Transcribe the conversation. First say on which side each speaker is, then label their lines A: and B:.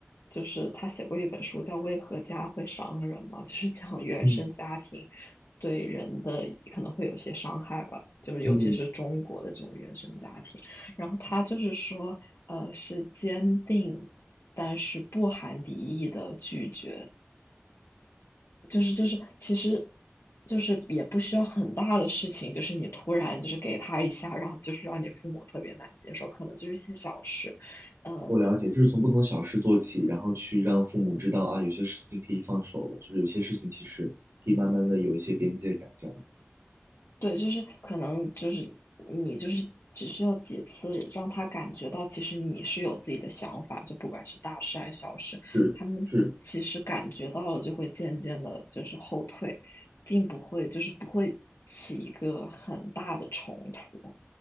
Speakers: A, on the left; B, on the right.
A: 就是他写过一本书叫《为何家会伤人》嘛，就是 <laughs> 讲原生家庭
B: 嗯
A: 对人的可能会有些伤害吧，就是尤其是中国的这种原生家庭。
B: 嗯
A: 然后他就是说，呃，是坚定，但是不含敌意的拒绝，就是就是其实。就是也不需要很大的事情，就是你突然就是给他一下，让就是让你父母特别难接受，可能就是一些小事，呃，
B: 我了解，就是从不同小事做起，然后去让父母知道啊，有些事情可以放手了，就是有些事情其实可以慢慢的有一些边界感，这样。
A: 对，就是可能就是你就是只需要几次让他感觉到，其实你是有自己的想法，就不管是大事还是小事，
B: 是是，
A: 他们其实感觉到了，就会渐渐的就是后退，并不会就是不会起一个很大的冲突。